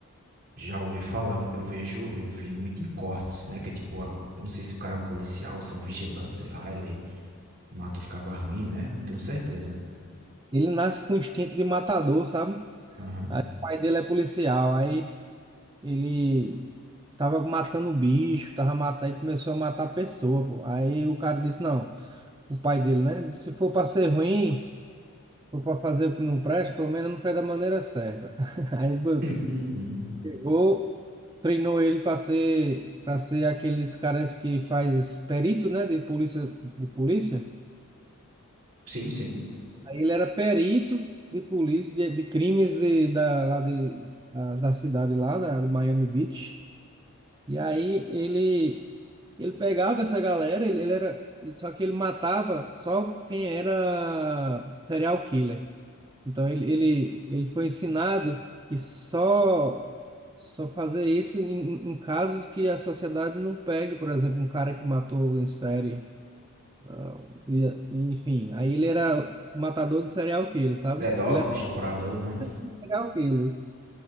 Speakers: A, on the right; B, on the right.
A: Já ouvi falar, eu eu vejo, eu vi muito em cortes, né? Que é tipo, a- eu não sei se o cara é um policial, se é um vigilante, sei lá, ele mata os cabarruins, né? Eu Não tenho certeza.
B: Ele nasce com instinto de matador, sabe?
A: Aham.
B: pai dele é policial, aí ele tava matando bicho, tava matando e começou a matar pessoa, pô. Aí o cara disse, não, o pai dele, né? disse, Se for para ser ruim, for para fazer o que não presta, pelo menos não faz da maneira certa. <laughs> Aí bo-
A: <laughs>
B: pegou, treinou ele para ser para ser aqueles caras que faz perito, né, de polícia, de polícia.
A: Sim, sim.
B: Aí ele era perito de polícia de, de crimes de, da lá de da, da cidade lá, da de Miami Beach. E aí ele ele pegava essa galera, ele, ele era e só que ele matava só quem era serial killer. Então ele ele ele foi ensinado que só só fazer isso em, em casos que a sociedade não pegue, por exemplo, um cara que matou em série, ah, e, e, enfim. Aí ele era matador de serial killer, sabe?
A: Pedófilo,
B: Ele era
A: estuprador, né?
B: um serial killer.